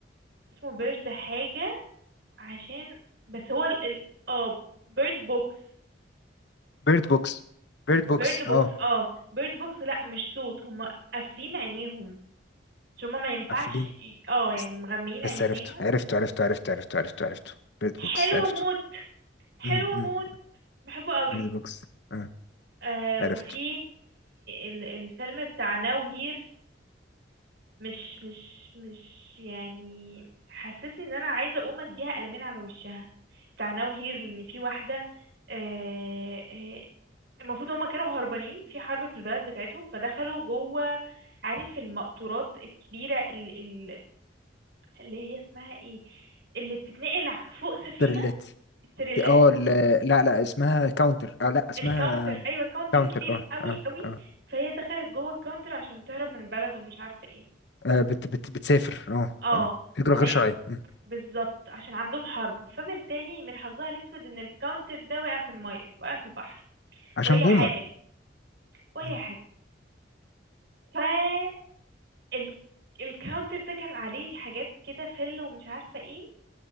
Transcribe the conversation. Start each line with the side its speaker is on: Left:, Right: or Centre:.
Right: اسمه بيرد حاجة عشان بس هو ال ال- اه بيرد بوكس
Left: بيرد بوكس بيرد
Right: بيرد
Left: بوكس
Right: بوكس
Left: اه
Right: اه بيرد بوكس لا مش صوت هما قافلين عينيهم عشان هما ما ينفعش
Left: قافلين
Right: ي- اه يعني
Left: است-
Right: مغميين
Left: بس
Right: عينيهم
Left: عرفته عرفته عرفته عرفته عرفته عرفته عرفته بيرد
Right: حلوة
Left: بوكس عرفته
Right: موت حلوة
Left: امم
Right: موت بحبه قوي
Left: بيرد بوكس اه
Right: آه
Left: عرفته
Right: وفي ال الفيلم بتاع ناو هير مش مش مش يعني حسسني ان انا عايزة اقوم اديها قلمين على وشها بتاع ناو هير لان في واحدة آه آه، المفروض هما كانوا هربانين في حرب في البلد بتاعتهم فدخلوا جوه عارف المقطورات الكبيرة ال- ال- اللي هي اسمها ايه اللي بتتنقل ع- فوق سفينة
Left: تريلات
Right: التريلات
Left: اه ال- لا لا اسمها كاونتر اه لا اسمها
Right: الكاونتر ايوه كاونتر
Left: كاونتر
Right: كبير
Left: اه
Right: قوي
Left: اه
Right: قوي
Left: اه
Right: فهي دخلت جوه الكاونتر عشان تهرب من البلد ومش عارفة ايه
Left: آه، بت بت بتسافر اه
Right: اه
Left: اه هجرة
Right: تمام
Left: غير شرعية مم.
Right: بالظبط عشان عندهم حرب فبالتالي من حظها الاسود ان الكاونتر ده وقع في المية وقع في البحر
Left: عشان
Right: وهي
Left: بومة
Right: حامل وهي
Left: مم.
Right: حامل ال... الكاونتر ده كان عليه حاجات كده فل ومش عارفة ايه